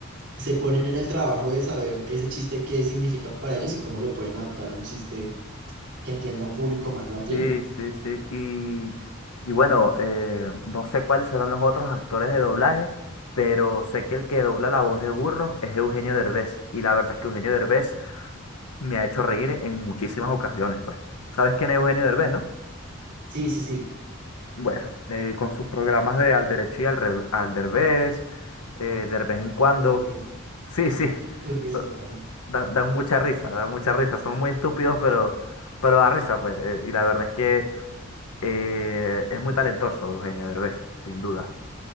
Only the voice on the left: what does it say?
sí, sí, sí. Y, y bueno, eh, no sé cuáles serán los otros actores de doblaje, pero sé que el que dobla la voz de Burro es Eugenio Derbez. Y la verdad es que Eugenio Derbez me ha hecho reír en muchísimas ocasiones, pues. ¿Sabes quién es Eugenio Derbez, no?
Bueno, eh, con sus programas de Al Derecho y Al, Re- Al Derbez, eh, Derbez en cuando.
<laughs> Sí, sí,
so-
dan, dan mucha risa, dan mucha risa. Son muy estúpidos, pero, pero da risa, pues. eh, y la verdad es que eh, es muy talentoso Eugenio Derbez, sin duda.